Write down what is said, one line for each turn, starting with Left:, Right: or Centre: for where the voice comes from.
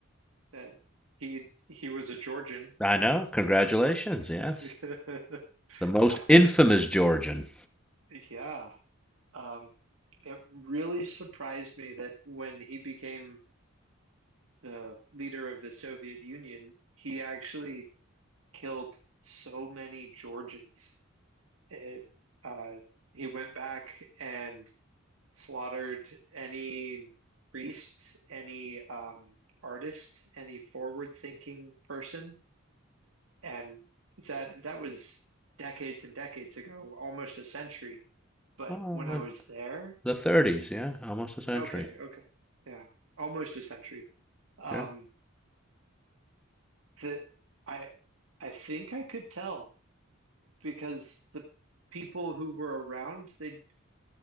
Right: That he he was a Georgian.
Centre: I know. Congratulations. Yes,
Right: <laughs>
Centre: the most
Right: Nah,
Centre: infamous Georgian.
Right: yeah. Um it really surprised me that when he became the leader of the Soviet Union, he actually killed so many Georgians. It uh he went back and slaughtered any priest, any um, artist, any forward-thinking person, and that that was decades and decades ago, almost a century. But
Centre: Well,
Right: when
Centre: the,
Right: I was there,
Centre: the 30s. Yeah, almost a century.
Right: okay, okay, yeah, almost a century. Um,
Centre: Yeah.
Right: that I I think I could tell because the people who were around, they